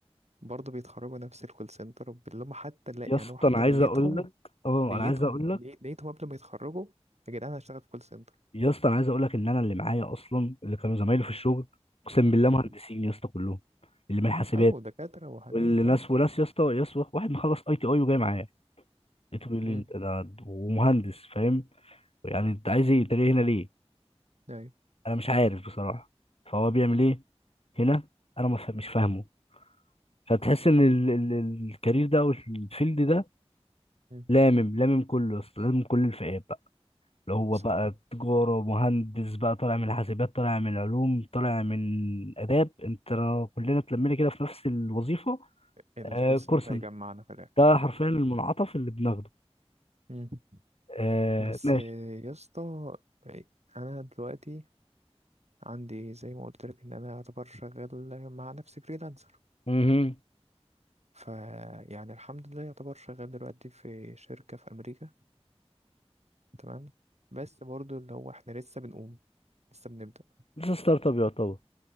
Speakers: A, on the right; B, on the left.
A: برضه بيتخرجوا نفس الكول سنتر اللي هم حتى لا
B: يا
A: يعني
B: اسطى
A: هو حتى
B: انا عايز
A: نيتهم
B: اقول لك اه
A: نيتهم
B: انا عايز اقول
A: ني-
B: لك
A: نيتهم قبل ما يتخرجوا يا جدعان أنا هشتغل في كول سنتر
B: يا اسطى انا عايز اقول لك ان انا اللي معايا اصلا اللي كانوا زمايلي في الشغل اقسم بالله
A: مم.
B: مهندسين يا اسطى كلهم اللي من حاسبات
A: أيوه دكاترة وحاجات
B: واللي ناس
A: اه
B: وناس يا اسطى يا اسطى واحد مخلص اي تي اي وجاي معايا لقيته بيقول
A: مم.
B: لي انت ده ومهندس فاهم يعني انت عايز ايه انت جاي هنا ليه
A: أيوه
B: انا مش عارف بصراحه فهو بيعمل ايه هنا انا ما فا- مش فاهمه فتحس ان ال- ال- الكارير ده او الفيلد ده
A: مم.
B: لامم لامم كله يا اسطى لامم كل الفئات اللي هو
A: صح
B: بقى تجارة ومهندس بقى طالع من الحاسبات طالع من العلوم طالع من آداب انت كلنا اتلمينا كده في نفس الوظيفة
A: الكول
B: آه
A: سنتر
B: كول سنتر
A: هيجمعنا في الآخر
B: ده حرفيا المنعطف اللي بناخده
A: مم.
B: آه
A: بس
B: ماشي
A: يا اسطى أنا دلوقتي عندي زي ما قلت لك إن أنا يعتبر شغال مع نفسي فريلانسر
B: مهم.
A: فيعني الحمد لله يعتبر شغال دلوقتي في شركة في أمريكا تمام بس برضه اللي هو إحنا لسه بنقوم لسه بنبدأ
B: لسه ستارت اب يعتبر